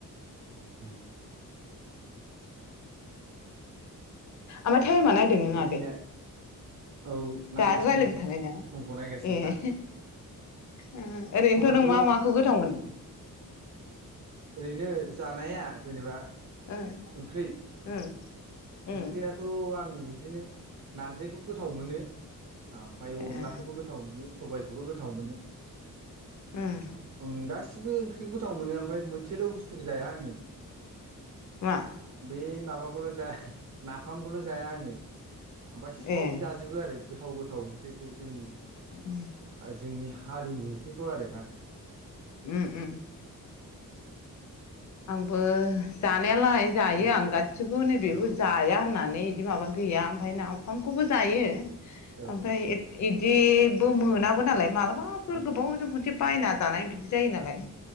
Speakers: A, on the right; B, on the left.
A: उम।
B: ओमफाय थायेमा नायदों नों
A: बाखिनिया
B: आगै?
A: औ नायगासिनो
B: दा रायलायबाय
A: आं
B: थानाय ना
A: समखौ नायगासिनोखा
B: ए। ओ ओरैनोथ'
A: समाथ'
B: नों मा माखौ गोथाव मोनो?
A: ओरैनो जानाया जेनेबा
B: ओं
A: ओंख्रि
B: ओं। ओं
A: ओंख्रियाथ' आं बिदिनो नारजिखौ गोथाव मोनो। ओमफाय अनलाखौबो
B: ए
A: गोथाव मोनो सबाय खौबो गोथाव मोनो
B: ओम
A: ओं गासि सिबो ओंख्रिखौ गोथाव मोनो ओमफ्राय मोनसेल बुस्थुखौ जाया आंङो।
B: मा
A: बै माबाखौल' जाया नाफामखौल जाया आंङो। ओमफाय सब
B: ए
A: जाजोबो आरो गोथाव गोथाव ओंख्रिखौ जोंनि।
B: उम।
A: जोंनि हारिनि ओंख्रिखौ आरो ना।
B: उम उम। आंबो जानायालाय जायो
A: उम
B: आं गासिबखौबो नै बेेखौ
A: औ
B: जाया होननानै नै इदि माबा गैया ओमफाय नाफामखौबो जायो
A: औ
B: ओमफाय इदिबो मोनाबो नालाय मालाबाफोर
A: उम
B: गोबाव जों खनसे बायना जानाय बिदि जायो नालाय।